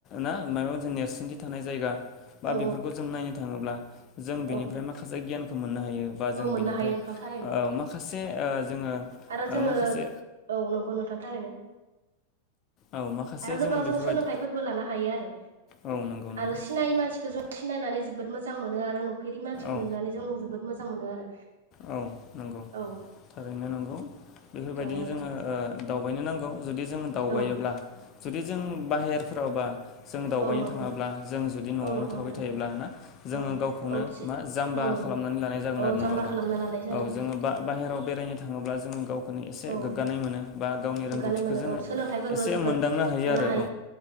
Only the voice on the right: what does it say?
औ
औ
औ
मोननो
हायो नोंथां थारैनो
आरो जोङो
औ नंगौ नोंथां थारैनो
आरो गोबां
जों
सोलोंथाइफोरबो लानो हायो आरो।
आरो सिनायै मानसिखौ जों सिनायनानै जोबोद मोज जां मोनो आरो नुफेरि मानसिखौ
नुनानै जों मो जोबोद मोजां मोनो आरो
औ
औ नोंथां
औ
औ नंगौ
औ नंगौ
नोंथां
औ
औ थि
औ
औ
जाम्बा
खालामना लानाय जागोन
औ
गोग्गानाय
मोनो
औ सोलोंथाइफोरबो
जोबोद
लानो